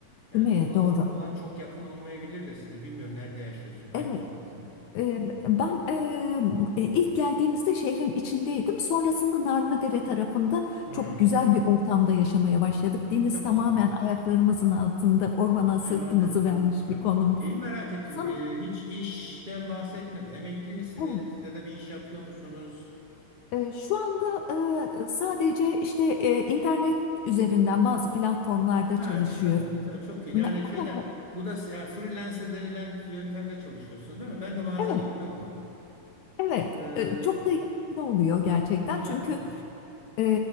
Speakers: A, on the right; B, on the left.
A: Yani
B: değil mi?
A: o
B: Doğru.
A: doğa çok yakın olmayabilir de size. Bilmiyorum nerede yaşıyorsun, hangi
B: Evet.
A: hangisinde?
B: E, ben e, e, ilk geldiğimizde şehrin içindeydim. Sonrasında Narlıdere tarafında
A: Hmm.
B: çok güzel bir ortamda yaşamaya başladık.
A: Hmm,
B: Deniz
A: çok
B: tamamen
A: güzel.
B: ayaklarımızın altında, ormana sırtımızı
A: Şahane,
B: vermiş
A: çok güzel.
B: bir konumda.
A: Şeyi merak ettim.
B: O zaman
A: Ee, hiç işten bahsetmedi. Emekli misiniz
B: evet.
A: ya da bir iş yapıyor musunuz?
B: Ee, Şu anda e, sadece işte e, internet üzerinden bazı platformlarda
A: Ha,
B: çalışıyorum.
A: güzel, güzel, çok iyi.
B: Ne-
A: Yani
B: ha,
A: şeyden,
B: ha,
A: bu da yani freelancer denilen yöntemle çalışıyorsunuz değil mi? Ben de bazen
B: Evet,
A: yapıyorum onu.
B: evet.
A: Ee,
B: E, Çok da yararlı oluyor gerçekten.
A: güzel,
B: Çünkü
A: güzel.
B: e,